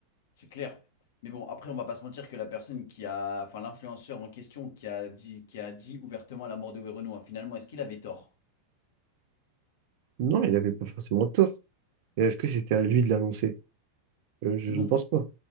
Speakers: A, on the left (about 55°); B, on the right (about 50°).
A: C'est clair. Mais bon, après, on va pas se mentir que la personne qui a, enfin, l'influenceur en question qui a dit, qui a dit ouvertement la mort de Werenoi, finalement, est-ce qu'il avait tort?
B: Non, il n'avait pas forcément tort. Et Est-ce que c'était à lui de l'annoncer? Euh, je,
A: Non.
B: je ne pense pas.